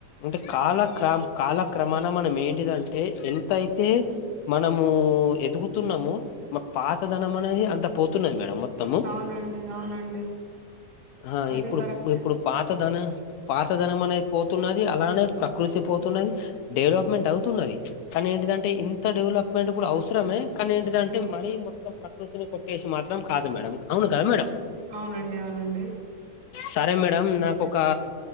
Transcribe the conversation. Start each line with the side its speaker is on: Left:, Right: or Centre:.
Left: అంటే కాలక్ర కాలక్రమాన మనం ఏంటిదంటే ఎంతయి తే మనమూ ఎదుగుతున్నము మా పాతధనం అనేది అంత పోతున్నది మేడం మొత్ తము
Right: అవునండి అవునండి
Left: హా
Right: అది
Left: ఇప్పుడు
Right: కరెక్టే
Left: ఇప్పుడు పాతధన పాతధనం అనేది పోతున్నది అలానే ప్రకృతి పోతున్నది డెవలప్మెంట్ అవుతున్నది కనీ ఏంటిందంట్ టే ఇంత డెవలప్మెంట్ కూడ అవసరమే కానీ ఏంటిదంటె మరీ మొత్తం ప్రకృతిని కొట్టేసి మాత్రం కాదు మేడం అవును కద మేడం
Right: అవునండి అవునండి
Left: సరే మేడం నాకు ఒకా